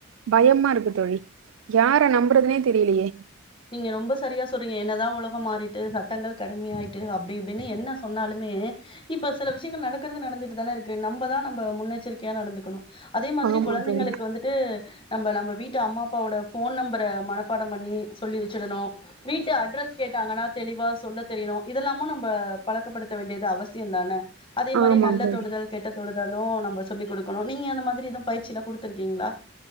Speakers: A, on the right; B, on the left.
A: பயமா இருக்கு தோழி யார நம்புறதுனே தெரியலயே
B: நீங்க ரொம்ப சரியா சொல்றீங்க என்னதா உலகோ மாறிட்டு சட்டங்கள் கடுமையாயிட்டு அப்டி இப்டின்னு என்ன சொன்னாலுமே இப்ப சில விஷயங்கள் நடக்கறது நடந்துட்டுதான இருக்கு நம்பதா நம்ப முன்னெச்சரிக்கையா நடந்துக்கணு அதே மாதிரி
A: ஆமா
B: கொழந்தைங்களுக்கு
A: தோழி
B: வந்துட்டு நம்ப நம்ம வீட்டு அம்மா அப்பாவோட ஃபோன் நம்பர மனப்பாடம் பண்ணி சொல்லி வச்சுடணு வீட்டு அட்ரஸ் கேட்டாங்கன்னா தெளிவா சொல்ல தெரியணு இதெல்லாமு நம்ப பழக்கப்படுத்த வேண்டியது அவசியந்தான அதே மாரி
A: ஆமா
B: நல்ல
A: தோழி
B: தொடுதல் கெட்ட தொடுதல் அதுவு நம்ப சொல்லி் குடுக்கணு நீங்க அந்த மாதிரி எதும் பயிற்சி எல்லா குடுத்துருக்கீங்ளா